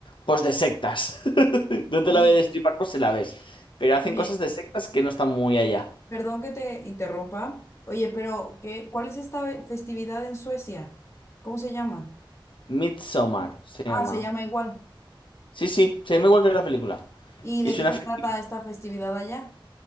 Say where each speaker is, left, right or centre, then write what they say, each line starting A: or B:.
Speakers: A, on the left; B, on the left.
A: pues de sectas. <laughs> No
B: Oye,
A: te la voy a destripar por si la ves, pero hacen
B: oye,
A: cosas de sectas que no están muy allá.
B: perdón que te interrumpa. Oye, pero ¿qué, cuál es esta ve- festividad en Suecia? ¿Cómo se llama?
A: Midsommar se llama.
B: Ah, se llama igual.
A: Sí, sí, se llama igual que la película.
B: ¿Y de
A: Y suena...
B: qué se
A: fe-
B: trata esta festividad allá?